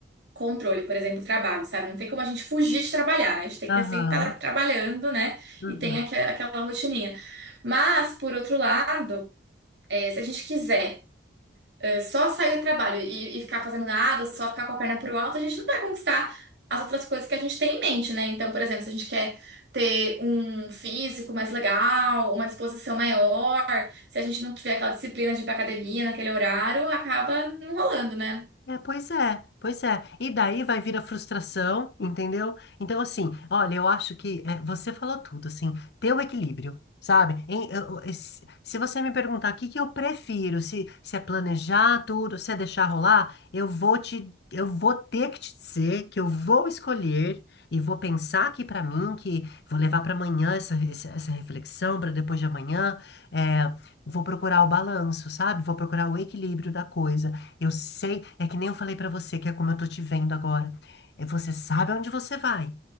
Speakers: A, on the right; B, on the left.
A: controle, por exemplo, trabalho, sabe? Não tem como a gente fugir de trabalhar, né? A gente tem
B: Aham.
A: que sempre estar trabalhando, né?
B: uhum.
A: E tem aque- aquela rotininha. Mas, por outro lado, é, se a gente quiser é, só sair do trabalho e, e ficar fazendo nada, só ficar com a perna pro alto, a gente não vai conquistar as outras coisas que a gente tem em mente, né? Então, por exemplo, se a gente quer ter um físico mais legal, uma disposição maior, se a gente não tiver aquela disciplina de ir pra academia naquele horário, acaba não rolando, né?
B: É, pois é, pois é. E daí vai vir a frustração, entendeu? Então, assim, olha, eu acho que é, você falou tudo, assim, ter o equilíbrio, sabe? Em- eu- eu- se se você me perguntar o que que eu prefiro, se, se é planejar tudo, se é deixar rolar, eu vou te, eu vou ter que te dizer que eu vou escolher e vou pensar aqui pra mim, que vou levar pra amanhã essa, essa essa reflexão, pra depois de amanhã, é, vou procurar o balanço, sabe? Vou procurar o equilíbrio da coisa. Eu sei, é que nem eu falei pra você, que é como eu tô te vendo agora. É, você sabe aonde você vai,